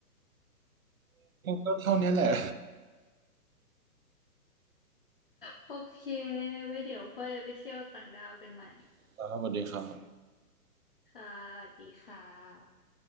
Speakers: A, on the right (about 60°); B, on the left (about 35°).
A: ก็เท่านี้แหละ
B: โอเคไว้เดี๋ยวค่อยไปเที่ยวต่างดาวกันใหม่
A: <laughs> ครับสวัสดีครับ
B: ค่ะสวัสดีค่ะ